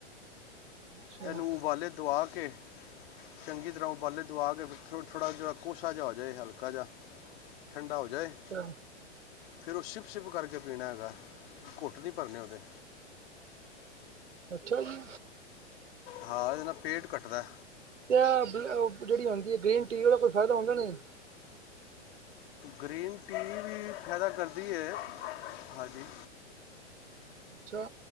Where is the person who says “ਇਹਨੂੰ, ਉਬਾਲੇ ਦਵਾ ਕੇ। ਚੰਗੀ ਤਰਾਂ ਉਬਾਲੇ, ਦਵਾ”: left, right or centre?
Left